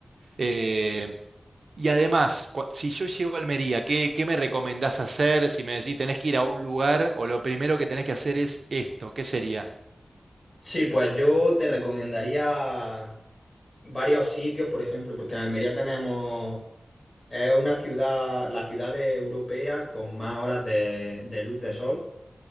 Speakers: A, on the right; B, on the left.
A: Eh, y además, cua- si yo llego a Almería, ¿qué, qué me recomendás hacer? Si me decís, tenés que ir a un lugar o lo primero que tenés que hacer es esto, ¿qué sería?
B: Sí, pues yo te recomendaría varios sitios, por ejemplo, porque en Almería tenemos Es una ciudad, la ciudad europea con más horas de, de luz de sol.